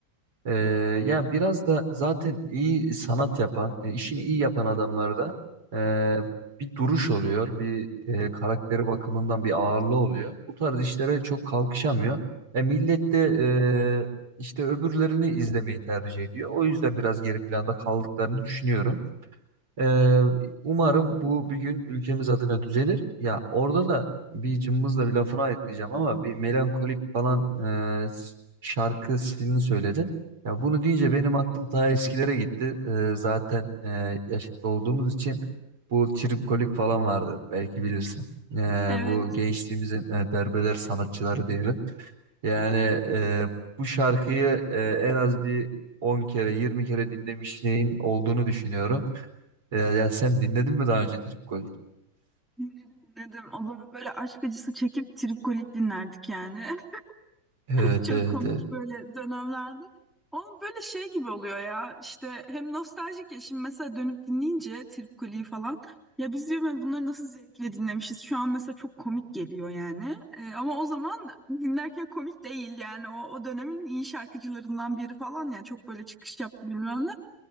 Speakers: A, on the right (about 65°); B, in the centre.
A: Ee, ya biraz da zaten iyi sanat yapan, e, işini iyi yapan adamlarda e, bir duruş oluyor, bir e, karakteri bakımından bir ağırlığı oluyor. Bu tarz işlere çok kalkışamıyor. E, millet de e, işte öbürlerini izlemeyi tercih ediyor. O yüzden biraz geri planda kaldıklarını düşünüyorum. Ee, umarım bu bir gün ülkemiz adına düzelir. Ya orada da bir cımbızla bir lafını ayıklayacağım ama bir melankolik falan e, s- şarkı stilini söyledin. Ya bunu deyince benim aklım ta eskilere gitti. Ee, zaten e, yaşlı olduğumuz için bu tripkolik falan vardı belki bilirsin. Ee,
B: Evet,
A: bu gençliğimizin e, derbeder sanatçıları diyelim. Yani e, bu şarkıyı e, en az bir 10 kere 20 kere dinlemişliğin olduğunu düşünüyorum. Ya, ya sen dinledin mi daha önce Trip Gold?
B: dinledim dinledim. O zaman böyle aşk acısı çekip tripkolik dinlerdik yani. <laughs>
A: Evet
B: Çok
A: evet
B: komik
A: evet.
B: böyle dönemlerde. Onun böyle şey gibi oluyor ya işte hem nostaljik ya şimdi mesela dönüp dinleyince Trip Kuli'yi falan ya biz diyorum ya bunları nasıl zevkle dinlemişiz şu an mesela çok komik geliyor yani Ee, ama o zaman dinlerken komik değil yani o, o dönemin iyi şarkıcılarından biri falan ya çok böyle çıkış yaptı bilmem ne